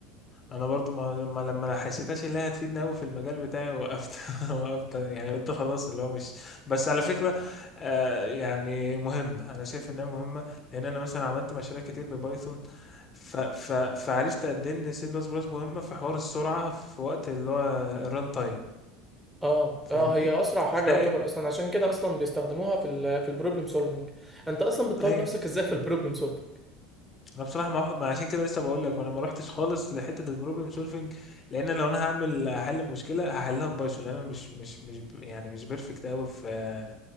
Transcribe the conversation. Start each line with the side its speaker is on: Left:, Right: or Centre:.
Left: انا برضو ما ما- لما ما حسيتهاش اللي هي هتفيدني قوي في المجال بتاعي وقفت <laughs> وقفت يعني قلت خلاص اللي هو مش بس على فكره آه يعني مهمه انا شايف انها مهمه لان انا مثلا عملت مشاريع كتير ببايثون ف ف فعرفت قد ايه ان سي بلس بلس مهمه في حوار السرعه في وقت اللي هو الران تايم
Centre: اه
Left: فاهمني
Centre: اه هي أسرع حاجة
Left: زائد
Centre: يعتبر أصلا عشان كده أصلا بيستخدموها في ال في البروبلم سولفينج انت أصلا بتطور
Left: ايوه
Centre: نفسك ازاي في البروبلم سولفينج؟
Left: انا بصراحه ما ما عشان كده لسه بقول لك ما انا ما روحتش خالص لحته البروبلم سولفنج لان لو انا هعمل احل مشكله هحلها ببايثون لان انا مش مش مش ب- يعني مش بيرفكت قوي في